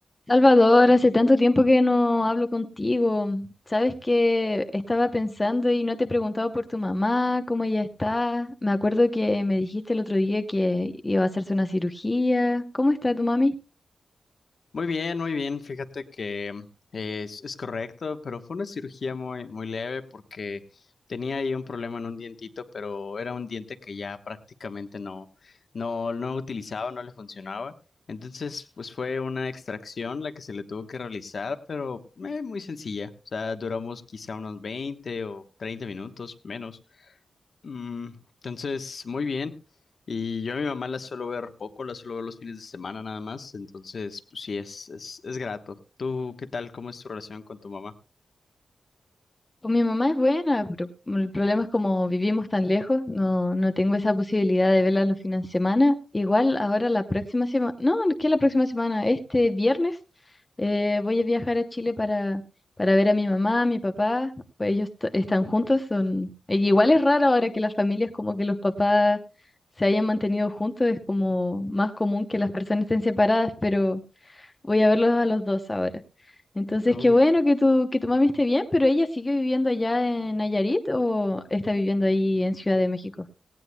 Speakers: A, on the left; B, on the left.
A: Salvador, hace tanto tiempo que no hablo contigo. Sabes que estaba pensando y no te he preguntado por tu mamá, cómo ella está. Me acuerdo que me dijiste el otro día que iba a hacerse una cirugía. ¿Cómo está tu mami?
B: Muy bien, muy bien. Fíjate que eh, es, es correcto, pero fue una cirugía muy, muy leve porque tenía ahí un problema en un dientito, pero era un diente que ya prácticamente no, no, no utilizaba, no le funcionaba. Entonces, pues fue una extracción la que se le tuvo que realizar, pero eh, muy sencilla. O sea, duramos quizá unos 20 o 30 minutos menos. Mm, entonces, muy bien. Y yo a mi mamá la suelo ver poco, la suelo ver los fines de semana nada más. Entonces, pues sí, es, es, es grato. ¿Tú qué tal? ¿Cómo es tu relación con tu mamá?
A: Con mi mamá es buena, pero el problema es como vivimos tan lejos, no, no tengo esa posibilidad de verla los fines de semana. Igual ahora la próxima semana, no, que la próxima semana, este viernes eh, voy a viajar a Chile para, para ver a mi mamá, a mi papá, pues ellos t- están juntos, son... e Igual es raro ahora que las familias como que los papás se hayan mantenido juntos, es como más común que las personas estén separadas, pero... Voy a verlos a los dos ahora. Entonces,
B: Uy.
A: qué bueno que tu, que tu mami esté bien, pero ella sigue viviendo allá en Nayarit o está viviendo ahí en Ciudad de México.